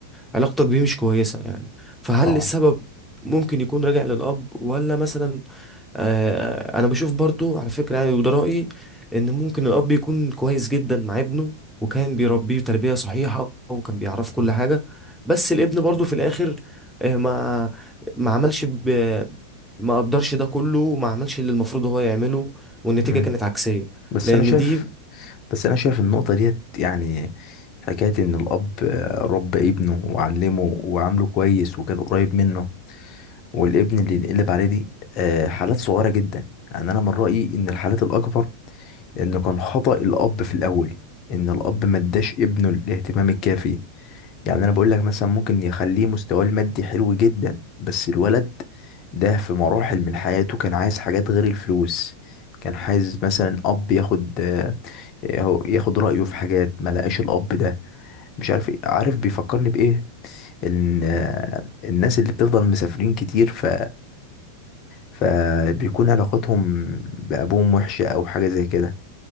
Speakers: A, in the centre; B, on the left (about 35°).
A: علاقتك بيه مش كويسة يعني فهل
B: اه
A: السبب ممكن يكون راجع للاب ولا مثلا آه، انا بشوف برضو على فكرة يعني وده رأيي ان ممكن الاب يكون كويس جدا مع ابنه وكان بيربيه تربية صحيحة وكان بيعرف كل حاجة بس الابن برضو في الاخر آه، ما ما عملش ب... ما قدرش ده كله وما عملش اللي المفروض هو يعمله والنتيجة
B: مم.
A: كانت عكسية
B: بس
A: لان
B: انا شايف
A: دي
B: بس انا شايف النقطة ديت يعني حكاية ان الاب آه، ربى ابنه وعلمه وعامله كويس وكان قريب منه والابن اللي ينقلب عليه دي آه، حالات صغيرة جدا يعني انا من رأيي ان الحالات الاكبر إنه كان خطأ الأب في الأول إن الأب ما اداش ابنه الاهتمام الكافي يعني أنا بقول لك مثلا ممكن يخليه مستواه المادي حلو جدا بس الولد ده في مراحل من حياته كان عايز حاجات غير الفلوس كان عايز مثلا أب ياخد آه، هو- ياخد رأيه في حاجات ما لقاش الأب ده مش عارف إيه- عارف بيفكرني بإيه إن آه، الناس اللي بتفضل مسافرين كتير ف فبيكون علاقتهم بأبوهم وحشة أو حاجة زي كده